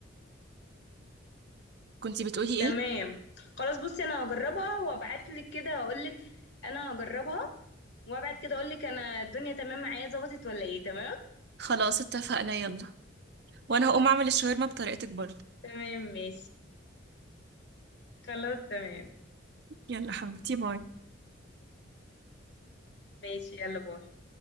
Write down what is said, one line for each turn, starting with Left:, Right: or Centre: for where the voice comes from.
Right: كنتي بتقولي
Left: تمام
Right: ايه
Left: خلاص بصي انا هجربها وابعت لك كده هقول لك انا هجربها وابعت كده اقول لك انا الدنيا تمام معايا ظبطت ولا ايه تمام
Right: خلاص اتفقنا يلا وانا هقوم اعمل الشاورما بطريقتك برضه
Left: تمام ماشي خلاص تمام
Right: يلا حبيبتي باي
Left: ماشي يلا باي